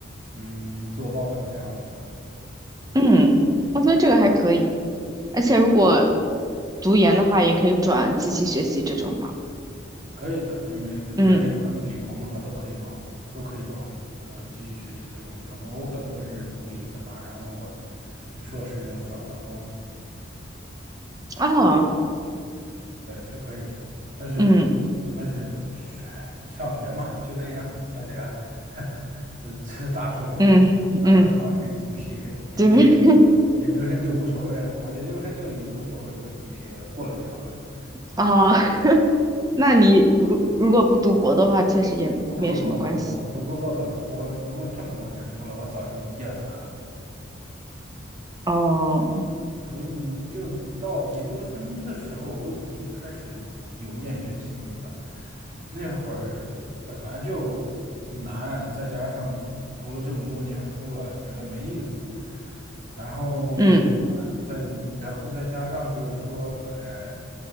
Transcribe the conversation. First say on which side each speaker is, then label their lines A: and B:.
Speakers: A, on the right (about 40°); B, on the right (about 20°).
A: 嗯做报表这样子。
B: 嗯，我觉得这个还可以，而且如果读研的话，也可以转机器学习这种吧。
A: 可以的，因为主专业只要是理工的话，
B: 嗯，
A: 都可以往都可以往呃继续学习这方面转。我我本科就是读理的嘛，然后我硕士又转了工，
B: 哦，
A: 对，是可以的。但是但是唉上学嘛，
B: 嗯
A: 就那样，大家 <laughs> 呃这大学苦一苦，
B: 嗯嗯，
A: 拿个好一点 GPA，研究生
B: 对，<laughs>
A: 研究生就无所谓了。我研究生就已经无所谓我的 GPA 了，过了就好了。
B: 哦，<laughs> 那你如如果不读博的话，确实也没什么关系。
A: 我不读博，我不读博，我读够够的了。我读了这么多年书了，我早就厌烦了。
B: 哦，
A: 对，我你就到研究生的时候，我已经开始有厌学心理了。那会儿本来就难，再加上读了这么多年书了，觉得没意思。然后啊，
B: 嗯，
A: 再然后再加上就是说，哎，